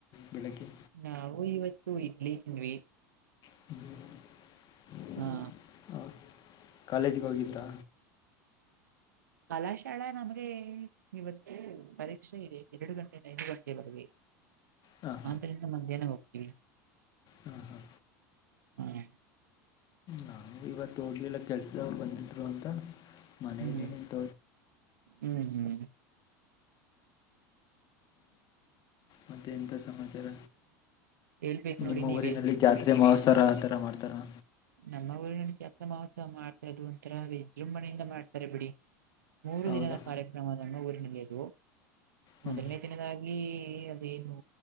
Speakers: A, on the left; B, on the right.
A: ಬೆಳಗ್ಗೆ
B: ನಾವು ಇವತ್ತು ಇಡ್ಲಿ ತಿಿಂದ್ವಿ
A: ಹ
B: ಹಾ
A: ಹಾ ಕಾಲೇಜ ಹೋಗಿದ್ದರ
B: ಕಲಾಶಾಲಾ ನಮಗೆ ಇವತ್ತು ಪರೀಕ್ಷೆದೆ ಎರಡು ಗಂಟೆಯಿಂದ ಐದು ಗಂಟೆವರೆಗೆ
A: ಹಾಂ
B: ಆದ್ದರಿಂದ ಮಧ್ಯಾಹ್ನ ಹೋಗ್ತಿವಿ
A: ಹಾ ಹಾ
B: ಹ್ಮ
A: ನಾನು ಇವತ್ತು ಹೋಗ್ಲಿಲ್ಲ ಕೆಲ್ಸದವ್ರು ಬಂದಿದ್ರು ಅಂತ ಮನೆಯಲ್ಲಿ
B: ಹ್ಮ್
A: ನೇನು ತ
B: ಹ್ಮ್ ಹ್ಮ್
A: ಮತ್ತೆ ಎಂತ ಸಮಾಚಾರ
B: ಹೇಳ್ಬೇಕು ನೋಡಿ
A: ನಿಮ್ಮ
B: ನೀವೇ
A: ಊರಿನಲ್ಲಿ
B: ನಮ್ಗೆ
A: ಜಾತ್ರೆ ಮಹೋತ್ಸರ ಇತರ ಥರ ಮಾಡ್ತಾರಾ
B: ನಮ್ಮ ಊರಿ ಜಾತ್ರಾ ಮಹೋತ್ಸವ ಮಾಡ್ತಾರೆ ಅದು ಒಂಥರ ವಿಜೃಂಭಣೆಯಿಂದ ಮಾಡ್ತಾರೆ ಬಿಡಿ ಮೂರು
A: ಹೌದಾ
B: ದಿನದ ಕಾರ್ಯಕ್ರಮನ್ನು ಊರಿನಲ್ಲಿದು
A: ಹ್ಞೂ
B: ಮೊದಲನೇ ದಿನದ ಅದೇನು